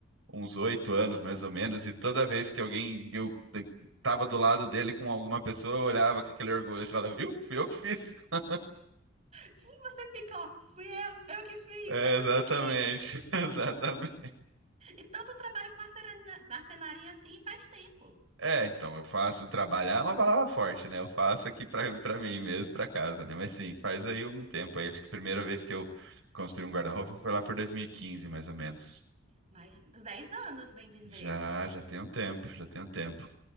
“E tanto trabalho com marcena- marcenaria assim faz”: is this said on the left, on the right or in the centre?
Right